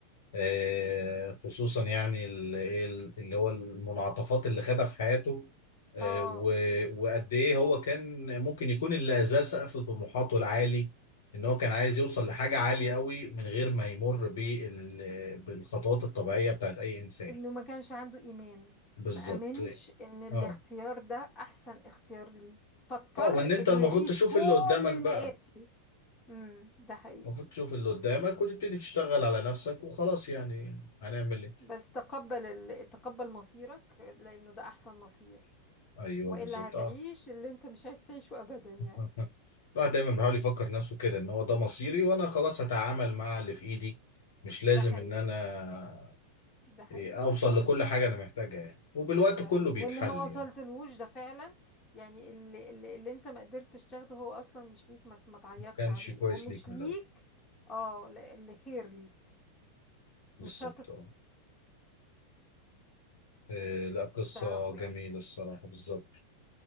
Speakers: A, on the left (about 60°); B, on the left (about 25°).
A: آه، خصوصا يعني ال- إيه، ال- اللي هو المنعطفات اللي خدها في حياته آه،
B: اه
A: و- وقد إيه هو كان ممكن يكون اللي أذاه سقف طموحاته العالي إن هو كان عايز يوصل لحاجة عالية قوي من غير ما يمر بال- بالخطوات الطبيعية بتاعت أي إنسان
B: انه ما كانش عنده ايمان
A: بالظبط
B: ما امنش ان الاختيار
A: اه
B: ده احسن اختيار ليه فاضطر
A: اه وإن أنت
B: انه
A: المفروض
B: يعيش
A: تشوف
B: كل
A: اللي قدامك
B: المآسي
A: بقى
B: امم ده حقيقي
A: المفروض تشوف اللي قدامك وتبتدي تشتغل على نفسك وخلاص يعني هنعمل ايه
B: بس تقبل ال... تقبل مصيرك لانه ده احسن مصير
A: ايوه
B: والا
A: بالظبط
B: هتعيش
A: اه
B: اللي انت مش عايز تعيشه ابدا يعني
A: <laughs> الواحد دايما بيحاول يفكر نفسه كده ان هو ده مصيري وانا خلاص هتعامل مع اللي في ايدي مش لازم
B: ده حقيقي
A: ان انا
B: ده حقيقي
A: إيه، اوصل
B: فعلا
A: لكل حاجه انا محتاجها يعني وبالوقت
B: فعلا
A: كله بيتحل
B: واللي ما وصلتلهوش
A: يعني
B: ده فعلا يعني اللي, اللي, اللي انت ما قدرتش تاخده هو اصلا مش ليك ما, ت- ما تعيطش
A: ما كانش
B: عليه
A: كويس
B: ومش
A: ليك من
B: ليك
A: الاول
B: اه لا- اللي خير ليك
A: بالظبط
B: مش شرط
A: اه إيه، لا قصه
B: تعرفه
A: جميله
B: يعني
A: الصراحه بالظبط